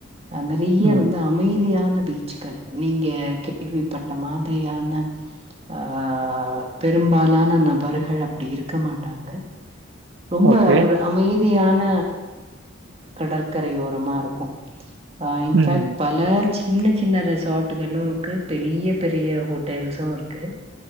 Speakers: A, on the right; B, on the right.
A: நிறைய
B: ம்.
A: வந்து அமைதியான பீச்கள் நீங்க கேள்விப்பட்ட மாதிரியான ஆ பெரும்பாலான நபர்கள் அப்படி இருக்க மாட்டாங்க ரொம்ப
B: ஓகே.
A: ஒரு அமை தியான கடற்கரை ஓரமா இருக்கும் அ இன்ஃபேக்ட்
B: ம். ம்.
A: பல சின்ன சின்ன ரெசார்ட்டு்களு இருக்கு பெரிய பெரிய ஹோட்டல்ஸு இருக்கு